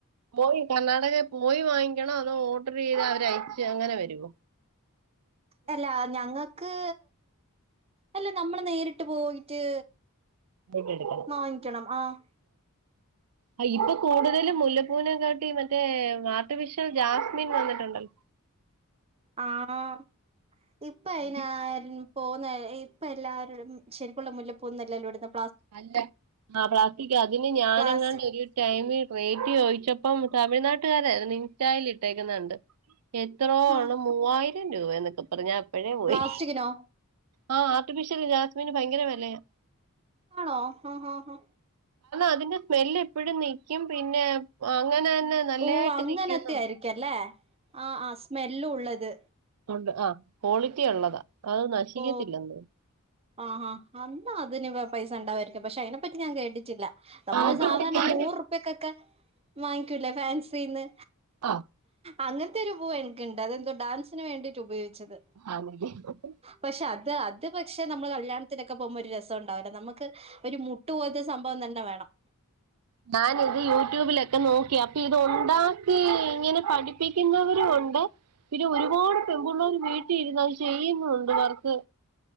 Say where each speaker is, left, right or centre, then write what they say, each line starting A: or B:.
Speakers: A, on the right; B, on the right.
A: പോയി കർണാടകേ പോയി വാങ്ങിക്കണോ അതോ ഓട്റെയ്ത് അവരയ്ച് അങ്ങനെ വെരോ
B: <inaudible> അല്ല ഞങ്ങക്ക് അല്ല നമ്മൾ നേരിട്ട് പോയിട്ട്
A: പോയിട്ട് എടുക്കണം
B: വാങ്ങിക്കണം ആഹ്
A: ആഹ് ഇപ്പൊ കൂടുതലും മുല്ലപ്പൂനെ കാട്ടിം മറ്റേ ആർട്ടിഫിഷ്യൽ ജാസ്മിൻ വന്നിട്ടുണ്ടല്ലോ
B: ആ ആ ഇപ്പയിന്
A: അത്
B: ആരും പോവുന്നെ ഇപ്പെല്ലാരും ശരിക്കുള്ള മുല്ലപ്പൂന്നും എല്ലല്ലോ ഇട്ന്നെ
A: അല്ല ആ പ്ലാസ്റ്റിക്കാ അതിന് ഞാനങ്ങാണ്ടോര്
B: പ്ലാസ്
A: ടൈമി റേറ്റ് ചോദിച്ചപ്പം തമിഴ്നാട്ടുകാര് ഇൻസ്റ്റായിൽ ഇട്ടേക്കുന്ന കണ്ട് എത്രോ
B: ആഹ്
A: ആണ് മൂവായിരം രൂപേന്നൊക്കെ പറഞ്ഞ് ഞാൻ അപ്പഴേ പോയി
B: പ്ലാസ്റ്റിക്കിനോ
A: ആ ആർട്ടിഫിഷ്യൽ ജാസ്മിന് ഭയങ്കര വെലയാ
B: ആണോ ഹാ ഹാ ഹാ
A: അതിന്റെ സ്മെല്ല് എപ്പഴും നിക്യും പിന്നെ അങ്ങനെ തന്നെ നല്ലതായിട്ട്
B: ഓ അങ്ങനത്തെ
A: നിക്കുന്ന്
B: ആയിരിക്കും അല്ലേ ആ ആ സ്മെല്ലുള്ളത്
A: ഉണ്ട് ആ ക്വാളിറ്റി ഉള്ളതാ അത് നശിക്കത്തില്ലെന്ന്
B: ഓ
A: തോന്നുന്നു
B: ആഹാ അന്നതിന് പൈസ ഇണ്ടാവയിരിക്കും പക്ഷെ അയ്നെപ്പറ്റി ഞാൻ കേട്ടിട്ടില്ല നമ്മള്
A: അതുണ്ട്.
B: സാധാരണ
A: ഞാൻ
B: നൂർപ്യകൊക്കെ വാങ്ങിക്കൂല്ലേ ഫാൻസിന്ന്
A: ആഹ്
B: അങ്ങൻത്തെ ഒരു പൂവെനിക്ക്‌ണ്ട് അതെന്തോ ഡാൻസിന് വേണ്ടിട്ട് ഉപയോഗിച്ചത്
A: <unintelligible>
B: പഷെ അത് അത് പക്ഷെ നമ്മള് കല്യാണത്തിനൊക്കെ പോകുമ്പോ ഒരു രസ ണ്ടായിരുന്നു. നമുക്ക് ഒരു മുട്ട് പോൽത്തെ സംഭവം തന്നെ വേണം
A: ഞാനിത് യൂട്യൂബിലൊക്കെ നോക്കി അപ്പൊ ഇത് ഉണ്ടാക്കി ഇങ്ങനെ പഠിപ്പിക്കുന്നവരും ഉണ്ട് പിന്നെ ഒരുപാട് പെൺപുള്ളാര് വീട്ടി ഇരുന്ന് അത് ചെയ്യുന്നുണ്ട് വർക്ക്